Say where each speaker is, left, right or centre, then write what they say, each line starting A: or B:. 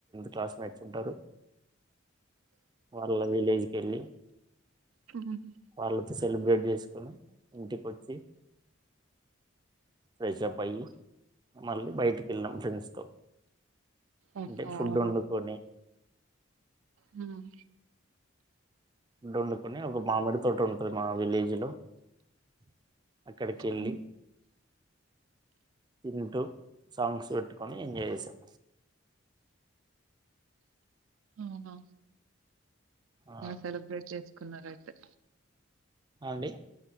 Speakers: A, on the right; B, on the right.
A: క్లాస్ మేట్స్ ఉంటారు వాళ్ళ విలేజ్కి వెళ్ళి
B: హుహు.
A: వాళ్ళతో సెలబ్రేట్ చేసి కుని ఇంటిక వచ్చి ఫ్రెష్ప్ అయ్యి మళ్ళీ బయటికి వెళ్ళాం ఫ్రెండ్స్ తో
B: ఓహో!
A: అంటే ఫుడ్
B: అవునా?
A: వండుకొని
B: హ్మ్.
A: ఫుడ్ వండుకొని ఒక మామిడి తోటి ఉంటుది మా విలేజ్ లో హ అక్కడికి వెళ్ళి
B: హ్మ్.
A: తింటూ సాంగ్స్ పెట్టుకొని ఎంజాయ్ చేసాం
B: అవునా
A: ఆ
B: సెలబ్రేట్ చేసుకున్నారుయితే
A: అవుండి